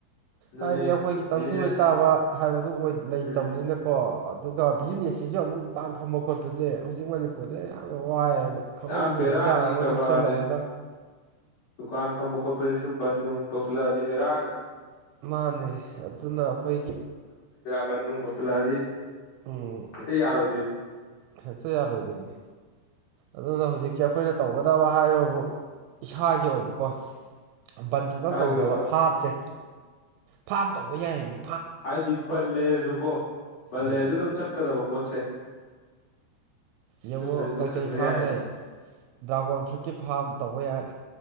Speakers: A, on the left (about 50°); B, on the right (about 85°).
A: ꯑꯗꯨꯅꯤ
B: ꯍꯥꯏꯗꯤ ꯑꯩꯈꯣꯏꯒꯤ
A: ꯕꯤꯖꯤꯅꯦꯁ
B: ꯇꯪꯗꯨ ꯂꯩꯇꯥꯕ ꯍꯥꯏꯕꯗꯨ ꯑꯣꯏ ꯂꯩꯇꯕꯅꯤꯅꯀꯣ
A: ꯎꯝ
B: ꯑꯗꯨꯒ ꯕꯤꯖꯤꯅꯦꯁꯁꯤꯁꯨ ꯑꯃꯨꯛ ꯗꯨꯀꯥꯟ ꯐꯝꯕ ꯈꯣꯠꯄꯁꯦ ꯍꯧꯖꯤꯛ ꯃꯅꯤꯄꯨꯔꯗ ꯌꯥꯝꯅ ꯋꯥꯏꯑꯦꯕ ꯈꯪꯍꯧꯗꯅ
A: ꯌꯥꯝ ꯕꯦꯔꯥꯅꯤ
B: ꯏꯔꯥꯡ ꯑꯃ
A: ꯀꯔꯕꯥꯔꯁꯦ
B: ꯊꯣꯛꯆꯤꯜꯂꯛꯑꯒ
A: ꯗꯨꯀꯥꯟ ꯐꯝꯕ ꯈꯣꯠꯄꯁꯤꯁꯨ ꯕꯟ ꯅꯨꯡ ꯇꯧꯁꯤꯜꯂꯛꯑꯗꯤ ꯕꯦꯔꯥꯅꯤ
B: ꯃꯥꯥꯟꯅꯦ ꯑꯗꯨꯅ ꯑꯩꯈꯣꯏꯒꯤ
A: ꯕꯟꯅꯨꯡ ꯇꯧꯁꯤꯜꯂꯛꯑꯗꯤ
B: ꯎꯝ
A: ꯍꯦꯛꯇ ꯌꯥꯔꯣꯏꯗꯣꯏꯅꯤ
B: ꯍꯦꯛꯇ ꯌꯥꯔꯣꯏꯗꯣꯏꯃꯤ ꯑꯗꯨꯅ ꯍꯧꯖꯤꯛꯀꯤ ꯑꯩꯈꯣꯏꯅ ꯇꯧꯒꯗꯕ ꯍꯥꯏꯕꯕꯨ ꯏꯁꯥꯒꯤ ꯑꯣꯏꯕꯀꯣ ꯕꯟ ꯁꯨꯡꯇꯧ
A: ꯏꯁꯥꯒꯤ
B: ꯇꯧꯗꯕ
A: ꯑꯣꯏꯕ
B: ꯐꯥꯝꯁꯦ
A: ꯎꯝ
B: ꯐꯥꯝ ꯇꯧꯕ ꯌꯥꯏꯌꯦ ꯃꯤ
A: ꯍꯥꯏꯗꯤ ꯕꯟ ꯂꯩꯔꯁꯨꯀꯣ ꯕꯟ
B: ꯎꯝ
A: ꯂꯩꯔꯁꯨ ꯑꯗꯨꯝ ꯆꯠꯀꯗꯕ ꯄꯣꯠꯁꯦ
B: ꯌꯦꯡꯉꯨ
A: ꯁꯤꯒꯨꯝꯕꯁꯦ ꯇꯧꯁꯟꯕ
B: ꯀꯩꯀꯩ ꯐꯥꯔꯝ
A: ꯌꯥꯏꯑꯕ
B: ꯂꯩ ꯗ꯭ꯔꯥꯒꯣꯟ ꯐ꯭ꯔꯨꯠꯀꯤ ꯐꯥꯔꯝ ꯇꯧꯕ ꯌꯥꯏ